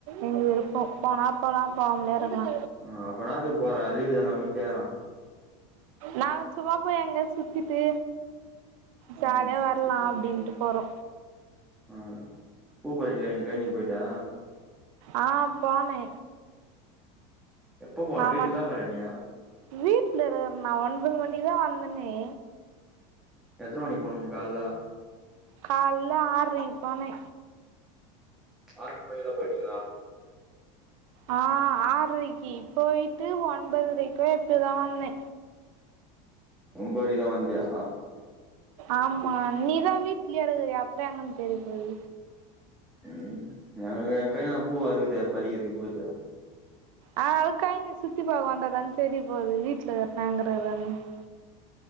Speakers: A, on the right; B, in the centre.
A: எங்க விருப்போ போனா போலா போம்லே இருக்கலா
B: ஆ அப்ப என்னாதுக்கு போற லீவு தான வீ்ட்லயாரா
A: நா சும்மா போய் அங்க சுத்திட்டு
B: ம்
A: ஜாலியா வ லா அப்டின்ட்டு போறோ
B: அ பூ பறிக்கலியா நீ கய்னீக் போய்ட்டா
A: ஆ போனே
B: எப்போ போன
A: மாமா
B: வீட்ல தா இக்கர நீ
A: வீட்ல இருக்கறனா ஒன்பது மணிதா வந்தேனே
B: எத்தன மணிக் போனிங்க கால்ல
A: கால்ல ஆற்றைக் போனே
B: ஆறு மணிக்ல போயிட்டீங்ளா
A: ஆ ஆற்ரைக்கி போயிட்டு ஒன்பதுரைக்கோ எப்பதா வந்தே
B: ஒம்பரைக்கு தா வந்தியா
A: ஆமா நீதா வீட்லயே இருக்கரயே அப்புற எங்கன் தெரிய போது
B: ம் எங்க எங் கைல எல்லா பூவா இருக்குது பறிக்கிறதுக்கு போயிட்ட
A: ஆ அக்கய நீ சுத்தி பாக்க வந்ததான் தெரிய போகுது வீட்டுல இருங்கறன் எங்க போய் <unintelligible>